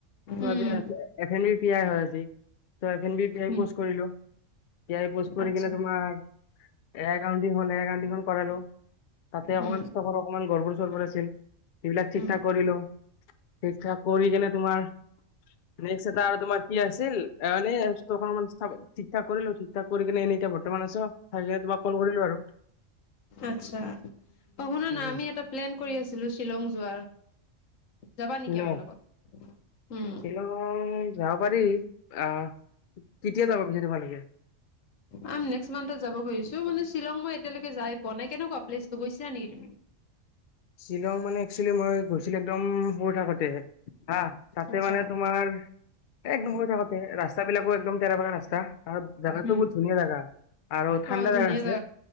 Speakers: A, on the left; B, on the left.
A: উম
B: আজি F N B P I হয় আজি ত ' F N B P I
A: উম
B: পষ্ট কৰিলো। য়াই পোষ্ট কৰি
A: আচ্ছা
B: কিনে তোমাৰ A I county hall, A I কাউণ্টিখন কৰালো। তাতে অকণমান
A: উম
B: ষ্ট কৰ অকমান গৰবৰ চৰবৰ আছিল। সেইবিলাক ঠিক
A: উম
B: ঠাক কৰিলো। ঠিক ঠাক কৰি কেনে তোমাৰ, নেক্সট এটা আৰু তোমাৰ কি আছিল? এ মানে ষ্টৰ খন মানে- ঠিক ঠাক কৰিলো। ঠিক ঠাক কৰি কিনে এনেই এতিয়া বৰ্তমান আছো। থাকিলে তোমাক কল কৰিলো আৰু।
A: আচ্ছা, অ শুনা
B: উম,
A: না আমি এটা প্লেন কৰি আছিলো শ্বিলং যোৱাৰ। যাবা
B: শ্বিলঙ,
A: নেকি আমাৰ লগত উম
B: শ্বিলঙ যাব পাৰি। অ' কেতিয়া যাবা পিছ তোমালোকে? <unintelligible>
A: আমি নেক্সট মান্থত যাব খুজিছো, মানে শ্বিলঙ মই এতিয়ালৈকে যাই পোৱা নাই। কেনেকুৱা প্লেছতো গৈছিলা নেকি তুমি?
B: শ্বিলং মানে একচুৱেলি মই গৈছিলো একদম সৰু থাকোতে। হা তাতে
A: আচ্ছা
B: মানে তোমাৰ, একদম হৈ থাকোতে ৰাস্তা বিলাকো একদম তেৰা ভাগা ৰাস্তা, আৰু জেগাটো
A: উম
B: বহুত ধুনীয়া জেগা আৰু ঠাণ্ডা
A: অ ধুনীয়া
B: জেগা আছে।